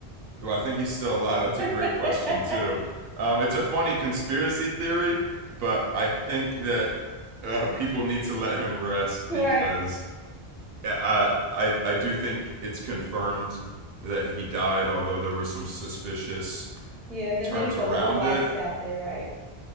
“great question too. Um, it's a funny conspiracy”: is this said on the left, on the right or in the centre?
Right